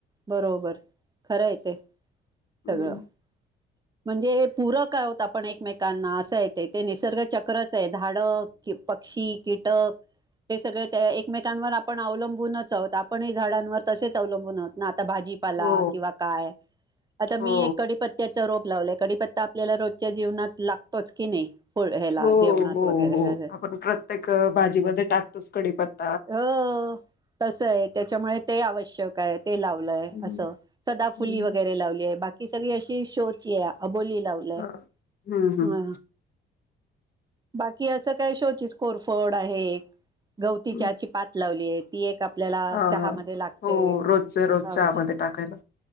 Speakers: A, on the right (about 20°); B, on the left (about 50°).
A: बरोबर खरं आहे ते. सगळं.
B: हम्म.
A: म्हणजे पूरक आहोत आपण एकमेकांना असं येते ते निसर्ग चक्रच आहे धाड कि पक्षी कीटक
B: <inaudible>
A: हे सगळे त्या एकमेकांवर आपण अवलंबूनच आहोत आपणही झाडांवर तसेच अवलंबून आहोत ना भाजीपाला
B: हो
A: किंवा काय आता
B: हो
A: मी क पत्त्या रोप लावलाय कडीी पत्ता आपल्याला रोजच्या जीवनात लागतोच की नाही फळ ह्याला
B: हो
A: जेवणात
B: हो
A: वगैरे
B: हो आपण प्रत्येक भाजीमध्ये टाकतोच कडीपत्
A: ह तस आहे त्याच्यामुळे ते आवश्यक आहे ते लावलंय
B: हम्म
A: असं सदा फुली
B: हम्म
A: वगैरे लावली आहे बाकी कि सगळी अशी शोच आहे अबोली लावलय
B: हा हम्म हम्म
A: ह बाकी असं काय शोची कोरफोड आहे गवतीच्याची
B: हम्म
A: प लावलीय ती एक आपल्याला
B: हा
A: चहामध्ये
B: हा
A: लागते
B: हो रोजच रोज
A: अवश
B: चहामध्ये टाकायला